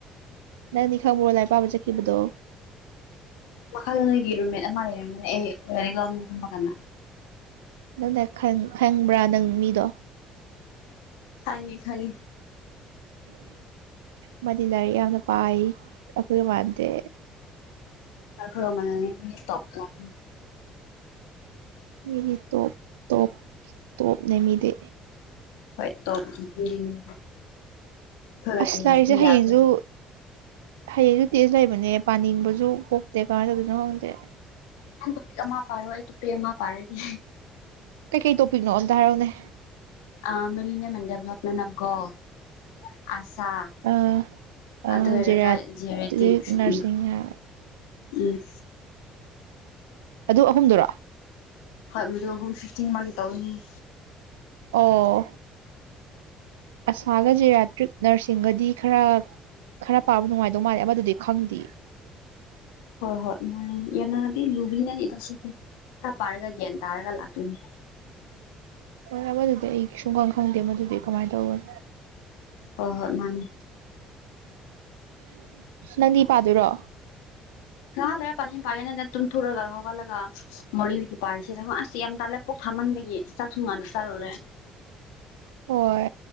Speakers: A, on the right (about 80°); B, on the left (about 80°).
A: ꯅꯪꯅꯤ ꯈꯪꯕ꯭ꯔꫭ ꯂꯥꯏꯔꯤꯛ ꯄꯥꯕ ꯆꯠꯈꯤꯕꯗꯣ
B: ꯃꯈꯥꯗ ꯅꯣꯏꯒꯤ ꯔꯨꯝꯃꯦꯠ ꯑꯃ ꯂꯩꯔꯝꯕꯅꯦ ꯑꯩ <unintelligible> ꯀꯟꯅ
A: ꯅꯪꯗꯥꯏ ꯈꯪ ꯈꯪꯕ꯭ꯔꯥ ꯅꯪ ꯃꯤꯗꯣ
B: ꯈꯥꯡꯉꯦ ꯈꯥꯡꯉꯦ
A: ꯃꯥꯗꯤ ꯂꯥꯏꯔꯤꯛ ꯌꯥꯝꯅ ꯄꯥꯏ ꯑꯩꯈꯣꯏꯒ ꯃꯥꯟꯗꯦ
B: ꯑꯩꯈꫭꯏꯒ ꯃꯥꯟꯅꯅꯤ ꯇꯧ ꯇꯥꯏ
A: ꯃꯤꯗꯤ ꯇꯣꯞ ꯇꯣꯞ ꯇꯣꯞꯅꯦ ꯃꯤꯗꯤ
B: ꯍꫭꯏ ꯇꯣꯞꯒꯤ ꯃꯤ ꯃꯤꯅꯤ ꯑꯩꯈꯣꯏꯒ
A: ꯑꯁ
B: ꯇꯤꯟꯅꯕꯗꯤ
A: ꯂꯥꯏꯔꯤꯛꯁꯦ ꯍꯌꯦꯡꯁꯨ
B: ꯌꯥꯕꯖꯥꯠ ꯅꯠꯇꯦ
A: ꯍꯌꯦꯡꯁꯨ ꯇꯦꯖ ꯂꯩꯕꯅꯦ ꯄꯥꯅꯤꯡꯕꯁꯨ ꯄꫭꯛꯇꯦ ꯀꯃꯥꯏ ꯇꯧꯗꫭꯏꯅꯣ ꯈꯪꯗꯦ
B: ꯅꯪ ꯇꫭꯄꯤꯛ ꯑꯃ ꯄꯥꯏꯔꫭ ꯑꯩ ꯇꫭꯄꯤꯛ ꯑꯃ ꯄꯥꯏꯔꯒꯦ
A: ꯀꯩ ꯀꯩ ꯇꯣꯄꯤꯛꯅꯣ ꯑꯝꯇ ꯍꯥꯏꯔꯛꯎꯅꯦ
B: ꯑ ꯃꯤꯅꯤꯌꯝ ꯑꯦꯟꯗ ꯗꯦꯕꯂꯞꯃꯦꯟ ꯑꫭꯐ ꯒꯣꯜ ꯑꯁꯥ
A: ꯑ ꯑ
B: ꯑꯗꯨ ꯑꯣꯏꯔꯒ
A: geriatric
B: genetics
A: nursing
B: three um
A: ꯑ
B: ꯎꯝ꯫
A: ꯑꯗꯨ ꯑꯍꯨꯝꯗꯨꯔꯣ
B: ꯍꯣꯏ ꯃꯗꯨꯨꯝ ꯑꯍꯨꯝ ꯐꯤꯐꯇꯤꯟ ꯃꯥꯒꯤ ꯇꯧꯋꯤ ꯍꯥꯏꯌꯦ
A: ꯑꯣ ꯑꯁꯥꯒ ꯖꯦꯔꯌꯥꯇ꯭ꯔꯤꯛ ꯅꯔꯁꯤꯡꯒꯗꯤ ꯈꯔ ꯈꯔꯥ ꯄꯥꯕ ꯅꯨꯡꯉꯥꯏꯗꯧ ꯃꯥꯜꯂꯦ ꯑꯃꯗꯨꯗꯤ ꯈꯪꯗꯦ
B: ꯍꯣꯏ ꯍꯣꯏ ꯃꯥꯅꯦ ꯌꯥꯅꯔꯗꯤ ꯂꯨꯕꯩꯅꯅꯤꯗ ꯁꯤꯗꯤ ꯈꯔ ꯄꯥꯔꯒ ꯒ꯭ꯌꯥꯟ ꯇꯥꯔꯒ ꯂꯥꯛꯇꯣꯏꯅꯦ
A: ꯍꯣꯏ ꯑꯝꯗꯨꯗꯤ ꯑꯩ ꯁꯨꯡꯈꯪ ꯈꯪꯗꯦ ꯃꯗꯨꯗꯤ ꯀꯃꯥꯏ ꯇꯧꯔ
B: ꯍꯣꯏ ꯍꯣꯏ ꯃꯥꯅꯤ
A: ꯅꯪꯗꯤ ꯄꯥꯗꯣꯏꯔꯣ
B: ꯉꯍꯥꯛ ꯂꯩꯔꯥ ꯄꯥꯅꯤ ꯄꯥꯒꯦꯅ ꯇꯨꯝꯊꫭꯛꯔꯒ ꯍꯧꯒꯠꯂꯒ ꯋꯥꯔꯤ ꯄꯥꯁꯤꯔꯥ ꯑꯁ ꯌꯥꯝ ꯇꯥꯜꯂꯦ ꯄꯨꯛ ꯊꯟꯃꯟꯕꯒꯤ ꯆꯥꯛꯁꯨꯨ ꯉꯥꯟꯅ ꯆꯥꯔꯨꯔꯦ
A: ꯍꯣꯏ